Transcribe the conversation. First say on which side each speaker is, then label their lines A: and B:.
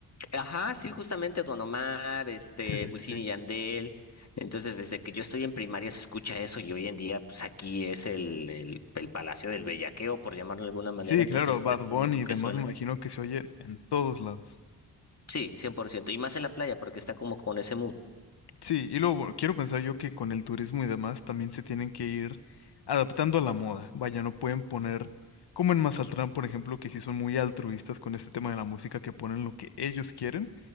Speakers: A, on the left; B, on the left.
A: Ajá, sí, justamente Don Omar, este,
B: Sí, sí,
A: Wisin
B: sí, sí.
A: y Yandel. Entonces, desde que yo estoy en primaria se escucha eso y hoy en día, pues aquí es el, el, el Palacio del Bellaqueo, por llamarlo de alguna manera.
B: Sí,
A: Entonces,
B: claro, Bad
A: es lo
B: Bunny
A: único
B: y
A: que
B: demás
A: suena.
B: me imagino que se oye en todos lados.
A: Sí, cien por ciento Y más en la playa, porque está como con ese mood.
B: Sí, y luego bueno, quiero pensar yo que con el turismo y demás también se tienen que ir adaptando a la moda. Vaya, no pueden poner, como en Mazatlán, por ejemplo, que sí son muy altruistas con este tema de la música, que ponen lo que ellos quieren,